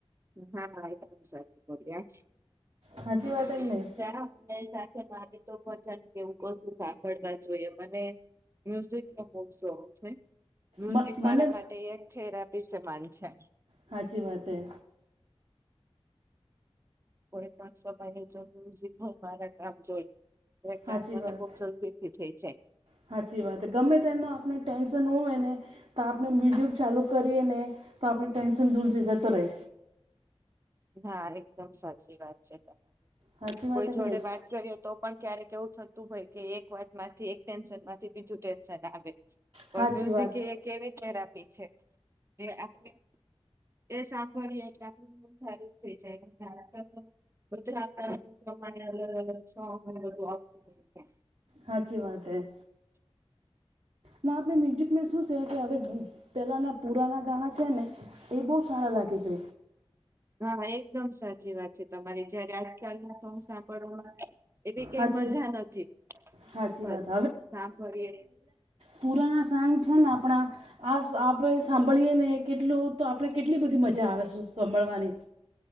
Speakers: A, on the right; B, on the right.
A: હા એકદમ સાચું બોલયા
B: સાચી વાત કે નહીં.
A: મારે તો વચન કેવું કશું સાંભળવા જોઈએ મને મ્યુઝિક નો બહુ શોખ છે મ્યુઝિક
B: મ મને
A: મારા માટે એક થેરાપી સમાન છે
B: સાાચી વાત હે
A: કોઇ પણ સમયે જો મ્યુઝિક હોય મારા કામ જોઈ એ
B: સાચી
A: કામ મને
B: વાત
A: બહુ જલ્દી થી થઈ જાય
B: સાચી વાત ગમે તે એનું આપણે ટેન્શન હોવ એને તો આપણે મ્યુઝિક ચાલુ કરીએ ને તો આપણે ટેન્શન દૂર જ જતો રહે
A: હા એકદમ સાચી વાત છે તમારી
B: સાચી વાત
A: કોઈ
B: કે
A: જોડે
B: નહીં
A: વાત કરીએ તો પણ ક્યારેક એવું થતું હોય કે એક વાત માંથી એક ટેન્શન માંથી બીજું ટેન્શન આવે પણ
B: સાચી
A: મ્યુઝિક
B: વાત
A: એક કેવી પરાપી છે એ આપણે એ સાંભળીએ એટલે આપ સારુ જ થઈ જાય બધા આપણા પ્રમાણે અલગ અલગ સોંગને બધું આવતું હોઇ છે
B: હાચી વાત હૈ ના આપણે મ્યુઝિકમાં શું છે કે હવે ભું પહેલાંના પુરાના ગાણાં છે ને એ બહુ સારા લાગે છે
A: હા એકદમ સાચી વાત છે તમારે જયારે આજકાલ ના સોંગ સાંભળવામાં એવી કઈ
B: હાચી
A: મજા નથી
B: સાચી
A: બસ
B: વાત
A: સાંભળીએ
B: પુરાણા સાંગ છે આપણા આ આપણે સાંભળીએ ને કેટલું તો આપણે કેટલી બધી મજા આવે છે સાંભળવાની